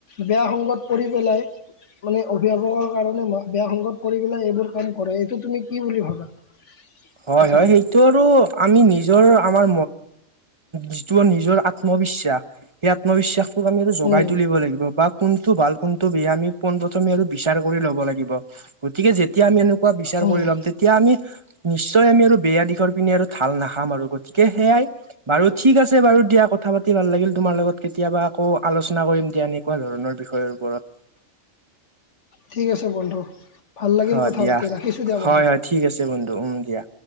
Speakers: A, on the left; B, on the right.
A: বেয়া সংগত কৰি পেলাই মানে অভিভাৱকৰ কাৰণে বেয়া সংগত কৰি পেলাই এইবোৰ কাম কৰে, এইটো তুমি কি বুলি ভাবা?
B: হয়
A: কথাটো
B: হয়, সেইটো আৰু আমি নিজৰ আমাৰ যিটো নিজৰ আত্মবিশ্বাস, সেই আত্মবিশ্বাসটোক আমিটো জগাই
A: উম,
B: তুলিব লাগিব, বা কোনটো ভাল কোনটো বেয়া আমি পোন প্ৰথমে আৰু বিচাৰ কৰি ল'ব লাগিব, গতিকে যে তিয়া আমি এনেকুৱা বিচাৰ
A: উম,
B: কৰি ল'ম তেতিয়া আমি নিশ্চয় আমি আৰু বেয়া দিশৰ পিনে আৰু ঢাল নাখাম আৰু গতিকে সেয়াই, বাৰু ঠিক আছে বাৰু দিয়া কথা ভাল লাগিল তোমাৰ লগত, কেতিয়াবা আকৌ আলোচনা কৰিম দিয়া, এনেকুৱা ধৰণৰ বিষয়ৰ ওপৰত।
A: ঠিক আছে বন্ধু, ভাল লাগিল
B: অ
A: কথা
B: দিয়া
A: পাতি ৰাখিছো দিয়া
B: হয়
A: বন্ধু।
B: হয় ঠিক আছে বন্ধু, উম দিয়া।